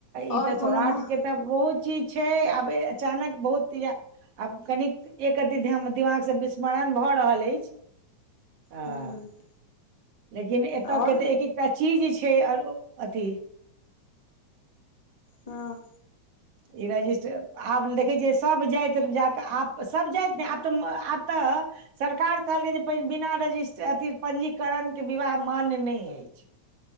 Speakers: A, on the right; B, on the left.
A: ई
B: आओर
A: तऽ
B: कोनो
A: सौराठके
B: माह
A: तऽ बहुत चीज छै आब अचानक बहुत य आब कनिक एक अति दिमाग से बिस्मरण भए रहल अछि तऽ
B: ह्म <unintelligible>
A: लेकिन एतयके
B: आओर
A: तऽ एक एकटा चीज छै आरो अथी
B: हँ
A: ई रजिस्टर आब देखै छियै सभ जाति जाके आब सभ जाति ने आब तऽ आब तऽ सरकार कहलकै जे बिना रजिस्ट अथी पञ्जीकरणके विवाह मान्य नहि अछि